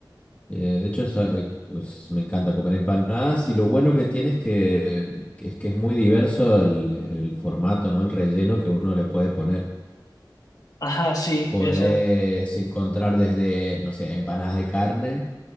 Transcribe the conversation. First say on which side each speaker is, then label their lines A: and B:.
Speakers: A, on the left (about 20°); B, on the left (about 50°).
A: Eh, de hecho, es, eh, es- me encanta comer empanadas y lo bueno que tiene es que, que es que es muy diverso el, el formato, ¿no? El relleno que uno le puede poner.
B: Ajá, sí,
A: Podés
B: esa.
A: encontrar desde, no sé, empanadas de carne,